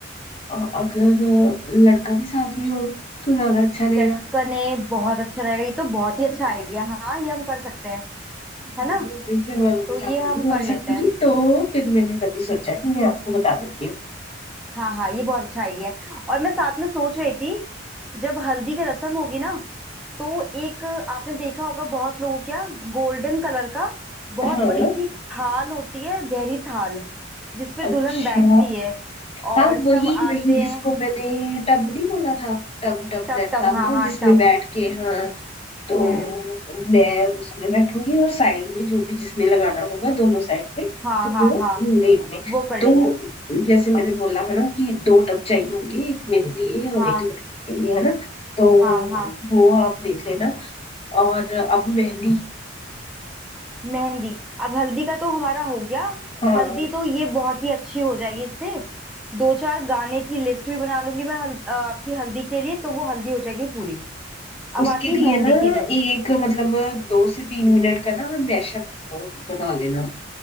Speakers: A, on the left; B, in the centre.
A: अ, अगर लड़का भी साथ में हो तो ज्यादा अच्छा रहेगा
B: लटकने बहुत अच्छा रहेगा ये तो बहुत
A: है
B: ही अच्छा
A: ना?
B: आइडिया हाँ ये हम कर सकते हैं है
A: ये
B: ना
A: ना मैं अपने घर वालों के
B: तो
A: सामने
B: ये हम
A: भी बोल
B: कर लेते
A: सकती
B: हैं
A: तो फिर मैंने तभी सोचा कि मैं आपको बता देती हूँ
B: हाँ हाँ ये बहुत अच्छा आइडिया है और मैं साथ में सोच रही थी जब हल्दी की रस्म होगी ना तो एक आपने देखा होगा बहुत लोगों क्या गोल्डन कलर का बहुत
A: हाँ
B: बड़ी सी थाल होती है गहरी थाल जिसपे
A: अच्छा
B: दुल्हन बैठती है और
A: हाँ
B: सब
A: वही
B: आते
A: वही जिसको
B: हैं
A: मैंने टब नहीं बोला था टब टब
B: टब
A: वैसा
B: टब
A: है
B: हाँ
A: ना
B: हाँ
A: जिसमें
B: टब
A: बैठ के हाँ तो
B: हम्म
A: मैं उसमें बैठूंगी और साइड में जो भी जिसने लगाना होगा दोनों साइड पे
B: हाँ
A: तो
B: हाँ
A: वो
B: हाँ
A: लेन में
B: वो कर
A: तो
B: लेंगे
A: जैसे मैंने बोला है ना कि दो टब चाहिए होंगे एक मेरे लिए और
B: हाँ
A: एक लड़के के लिए है ना तो
B: हाँ हाँ
A: वो आप देख लेना और अब मेहंदी
B: मेहंदी अब हल्दी का तो हमारा हो गया
A: हाँ
B: हल्दी तो ये बहुत ही अच्छी हो जाएगी इससे दो चार गाने की लिस्ट भी बना लूंगी मैं हल, अ, आपकी हल्दी के लिए तो वो हल्दी हो जाएगी पूरी अब
A: उसके
B: आती है
A: लिए
B: मेहंदी
A: ना
B: की बन
A: एक मतलब दो से तीन मिनट का ना मैशअप बना लेना